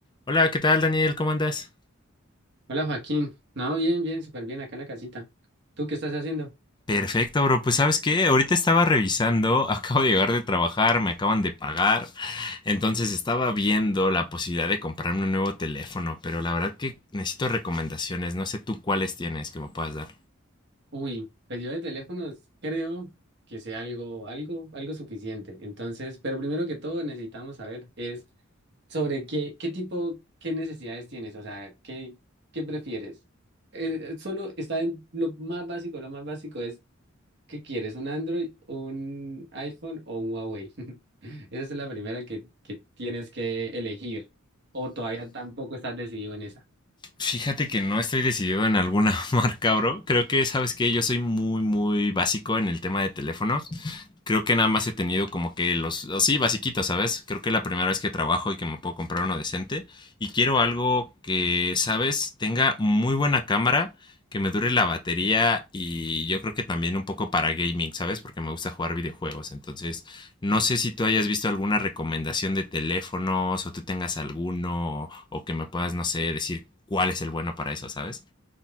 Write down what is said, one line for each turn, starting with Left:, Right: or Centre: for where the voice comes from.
Left: Hola, ¿qué tal Daniel? ¿Cómo andas?
Right: Hola Joaquín, no, bien, bien, súper bien acá en la casita. ¿Tú qué estás haciendo?
Left: Perfecto, bro. Pues sabes qué, ahorita estaba revisando, <laughs> acabo de llegar de trabajar, me acaban de pagar, entonces estaba viendo la posibilidad de comprarme un nuevo teléfono, pero la verdad que necesito recomendaciones, no sé tú cuáles tienes que me puedas dar.
Right: Uy, pues yo de teléfonos creo que sea algo, algo, algo suficiente. Entonces, pero primero que todo necesitamos saber es sobre qué, qué tipo, qué necesidades tienes, o sea, qué, qué prefieres. Eh, eh, solo está en lo más básico, lo más básico es ¿qué quieres? ¿Un Android, un iPhone o un Huawei? <laughs> Esa es la primera que, que tienes que elegir. O todavía tampoco estás decidido en esa.
Left: Fíjate que no estoy decidido en alguna <laughs> marca, bro. Creo que, sabes que yo soy muy, muy básico en el tema de teléfonos. Creo que nada más he tenido como que los, así, basiquitos, ¿sabes? Creo que es la primera vez que trabajo y que me puedo comprar uno decente. Y quiero algo que, ¿sabes? Tenga muy buena cámara, que me dure la batería y yo creo que también un poco para gaming, ¿sabes? Porque me gusta jugar videojuegos. Entonces, no sé si tú hayas visto alguna recomendación de teléfonos o tú tengas alguno o que me puedas, no sé, decir cuál es el bueno para eso, ¿sabes?